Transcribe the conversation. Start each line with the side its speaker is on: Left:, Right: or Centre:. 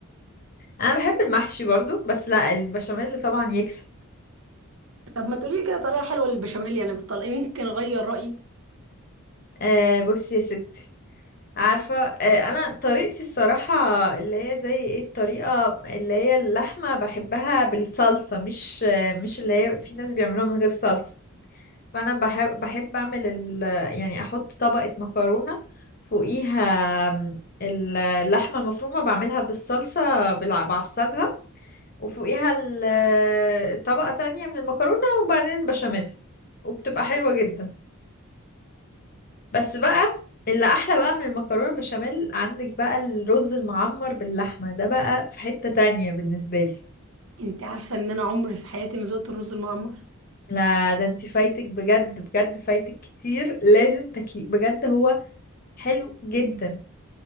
Left: انا بحب المحشي برضو بس لا البشاميل طبعا يكسب
Right: طب ما تقولي لي كده طريقه حلوه للبشاميل يعني بالطلق يمكن اغير رايي
Left: أه بصي يا ستي عارفة آه، أنا طريقتي الصراحة اللي هي زي ايه الطريقة اللي هي اللحمة بحبها بالصلصة مش آه، مش اللي هي في ناس بيعملوها من غير صلصة فأنا بحب بحب أعمل ال يعني أحط طبقة مكرونة فوقيها آم، اللحمة المفرومة بعملها بالصلصة بالع- بعصجها وفوقيها ال- طبقة تانية من المكرونة وبعدين بشاميل وبتبقى حلوة جدا بس بقى اللي احلى بقى من المكرونه البشاميل عندك بقى الرز المعمر باللحمه ده بقى في حته تانية بالنسبه لي
Right: انت عارفة ان انا عمري في حياتي ما ذقت الرز المعمر
Left: لا ده انت فايتك بجد بجد فايتك كتير لازم تاكليه بجد هو حلو جدا